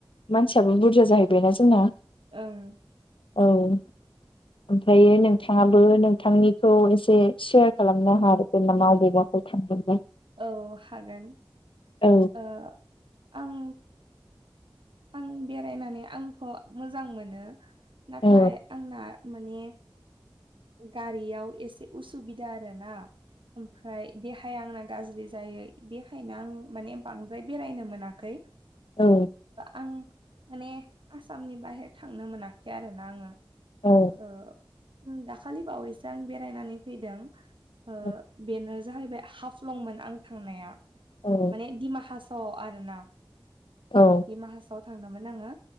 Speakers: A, on the left; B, on the right.
A: मानसियाबो बुरजा जाहैबायना जोंना।
B: ओं
A: औ ओमफ्रायो नोंथाङाबो नोंथांनिखौ एसे सेयार खालामनो हाग <unintelligible> थांदोंबा
B: औ हागोन
A: औ
B: ओ आं आं बेरायनानै आंथ' मोजां मोनो नाथाय
A: औ
B: आंना माने गारियाव एसे उसुबिदा आरो ना ओमफ्राय देहाया आंना गाज्रि जायो बेखायनो आं माने बांद्राय बेरायनो मोनाखै
A: औ
B: आं माने आसामनि बाहेर थांनो मोनाखै आरो ना आङो
A: औ
B: ओ उम दाखालि बावैसो आं बेरायनानै फैदों ओ
A: औ
B: बेनो जाहैबाय हाफलंमोन आं थांनाया
A: उम।
B: माने दिमाहासाव आव आरो ना
A: औ।
B: दिमाहासाव आव‌ थांदोंमोन आङो